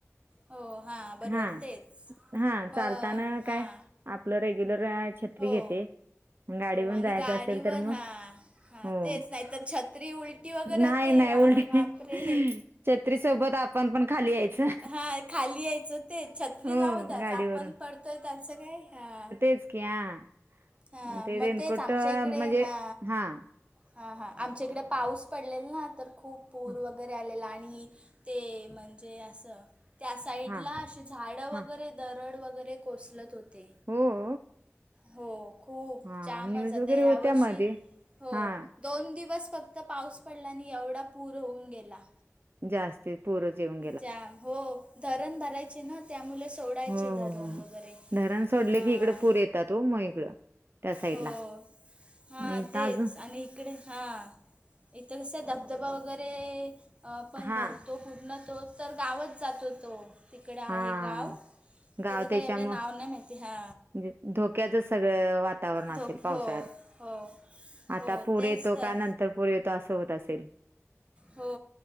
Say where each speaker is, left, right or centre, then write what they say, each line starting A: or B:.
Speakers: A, on the right; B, on the right.
A: हो हां बरोबर
B: हा
A: तेच
B: हा
A: ब
B: चालताना
A: हां
B: काय आपलं रेग्युलर छत्री
A: हो
B: घेते. गाडीवरून
A: हो आणि
B: जायचं
A: गाडीवर
B: असेल तर
A: हा
B: मग
A: हा
B: हो.
A: तेच नाही तर छत्री उलटी वगैरे
B: नाही,
A: होते
B: नाही
A: वा
B: उलटी
A: वापरे
B: छत्रीसोबत आपण पण खाली यायचं.
A: हा खाली यायचं ते छत्री
B: हो
A: जाऊ दच
B: गाडीवरून
A: आपण पडतोय त्याचं काय हा.
B: <unintelligible>
A: हा
B: ते
A: म
B: रेनकोट
A: तेच आमच्या
B: अ,
A: इकडे
B: म्हणजे
A: हा.
B: हां,
A: हा हा आमच्या इकडे पाऊस पडलेला ना तर खूप पूर
B: हां,
A: वगैरे आलेला आणि ते म्हणजे असं त्या साईडला
B: हां.
A: अशी झाडं वग
B: हां.
A: बरे दरड वगैरे कोसलत होते.
B: हम्
A: हो खूप
B: हां,
A: जामचता
B: न्यूज वगैरे
A: या
B: होत्या
A: वर्षी
B: मध्ये.
A: हो
B: हां,
A: दोन दिवस फक्त पाऊस पडला आणि एवढा पूर होऊन गेला.
B: जास्ती पोरं जेवण
A: जाम हो धरण भरायचे ना त्यामुलं सोडायचे
B: हो हो
A: धरण
B: हो हो
A: वगैरे
B: धरण सोडले
A: हां
B: की इकडं पूर येतात व मग इकडं त्या साईडला
A: हो हा
B: मग इथं
A: तेच
B: अजून
A: आणि इकडे हा. इतर कस धबधबा वगैरे पण
B: हा
A: भरतो. पूर्ण तो तर गावच जातो तो तिकडे आहे
B: हा
A: गाव.
B: गाव
A: त्याचं काही
B: त्याच्यामुळं
A: एवढे नाव नाही माहिती हा
B: म्हणजे धोक्याचं सगळं वातावरण असेल
A: धोक
B: पाऊस
A: हो हो.
B: आता
A: हो
B: पूर
A: तेच
B: येतो
A: तर
B: का नंतर पूर येतो असं होतंय.
A: हो